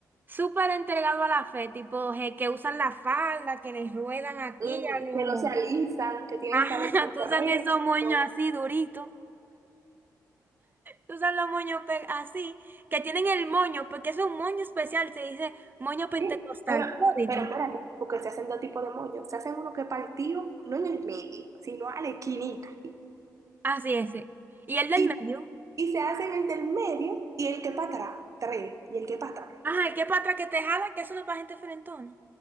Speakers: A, on the right; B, on the right.
A: súper entregado a la fe, tipo je- que usan la falda, que les ruedan aquí
B: Mm,
A: a los...
B: que no se alisan,
A: <laughs>
B: que tienen
A: Ajá,
B: el cabello correcto.
A: que usan esos moños así duritos, que usan los moños pe- así, que tienen el moño, porque es un moño especial, se dice moño pentecostal,
B: Sí, pero,
A: todito.
B: pero espérate, porque se hacen dos tipos de moños. Se hacen uno que es partido, no en el medio, sino a la esquinita. aquí.
A: Así ese Y el del
B: Y,
A: medio.
B: y se hacen el del medio y el que para atrás, tres, y el que para atrás.
A: Ajá, el que para atrás que te jala, que eso no es para gente frentona.